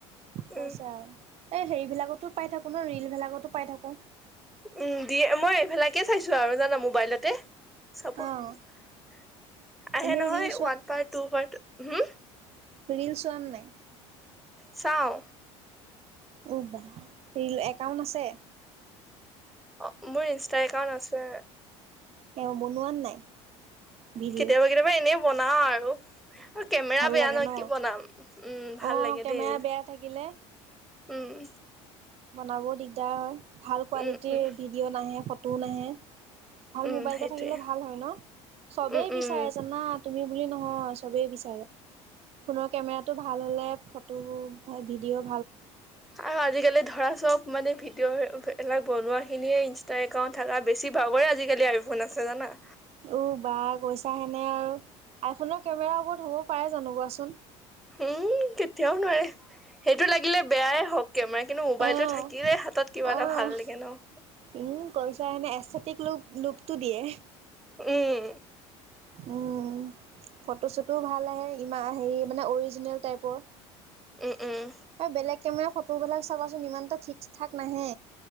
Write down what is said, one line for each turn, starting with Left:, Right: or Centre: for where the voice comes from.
Right: কৈছা
Centre: উম
Right: আৰু এই হেৰিবিলাকতো পাই থাকো ন ৰিল বিলাকতো পাই থাকো।
Centre: উম দিয়ে মই এইফিলাকে চাইছো আৰু জানা মোবাইলতে চাব। আহে
Right: অঁ এনেই
Centre: নহয়
Right: ৰিল
Centre: ওৱান পাৰ টু পাৰ হম।
Right: ৰীল সচুৱান নাই।
Centre: ছাও।
Right: অঁ বা ৰিল একাউণ্ট আছে।
Centre: অ মোৰ ইনষ্টা একাউট আছে।
Right: তেওঁ বনোৱাত নাই। ভিডিঅ'
Centre: কেতিয়াবা কেতিয়াবা এনেই বনাও আৰু। অ কেমেৰা
Right: ভাল
Centre: বেয়া
Right: লাগে
Centre: নয়
Right: ন
Centre: কি বনাম উম ভাল
Right: অঁ
Centre: লাগে
Right: কেমেৰা
Centre: দেই।
Right: বেয়া থাকিলে
Centre: উম।
Right: বনাবও দিগদাৰ হয় ভাল কোৱালিটিৰ
Centre: উম উম
Right: ভিডিঅ' নাহে ফটো নাহে। ভাল
Centre: উম
Right: মোবাইল
Centre: সেইটোৱে
Right: এটা থাকিলে ভাল হয় ন চবেই
Centre: উম উম
Right: বিচাৰে জানা তুমি। নয়ব বিচ ফো কেম ভাল হলে ফটো ভিদিঅ।
Centre: আৰু আজিকালি ধৰা চব মানে ভি। ভিডিঅ' এইবিলাক বনোৱাখিনিয়ে ইনষ্টা একাউণ্ট থকা বেছি ভাগৰে আজিকালি আইফোন আছে জানা।
Right: উ বাৰ কৈছা হেনে আৰু আইফোনৰ কেমেৰা ওপৰত হ'বও পাৰে জানো কোৱাচোন।
Centre: উম কেতিয়া নোৱাৰে। সেইটো লাগিলে বেয়াই হওঁক কেমেৰা কিন্তু মোবাইলটো
Right: অ',
Centre: থাকিলে হাতত কিবা
Right: অ',
Centre: এটা ভাল লাগে ন।
Right: উম কৈছা এনে এটিক লো লোকটো দিয়ে।
Centre: উম।
Right: উম ফটোশ্বুটো ভাল আহে ইমান হেৰি মানে অৰিজিনেল টাইপৰ।
Centre: উম উম
Right: বেলেগ কেমেৰা ফটো বিলাক চাবাচোন ইমানটা ঠিক ঠাক নাহে।